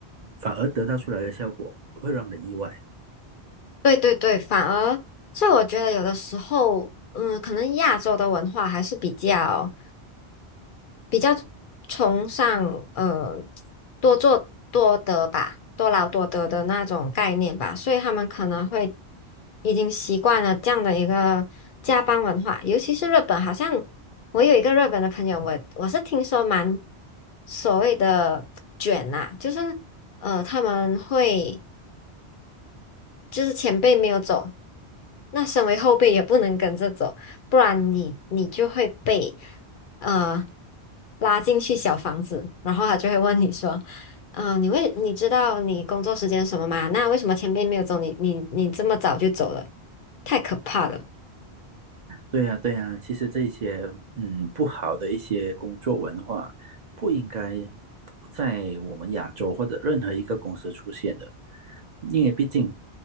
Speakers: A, on the right; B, on the left.
A: 反而得到出来的效果会让人意外。
B: 对对对，反而，所以我觉得有的时候，嗯，可能亚洲的文化还是比较。比较崇尚呃多做多得吧，多劳多得的那种概念吧，所以他们可能会已经习惯了这样的一个加班文化，尤其是日本，好像我有一个日本的朋友，我我是听说蛮所谓的 <tsk> 卷呐、就是呃他们会。就是前辈没有走，那身为后辈也不能跟着走，不然你你就会被呃拉进去小房子，然后他就会问你说，嗯，你为你知道你工作时间是什么吗？那为什么前辈没有走，你你你这么早就走了？太可怕了。
A: 对呀，对呀，其实这些嗯不好的一些工作文化，不应该在我们亚洲或者任何一个公司出现的，因为毕竟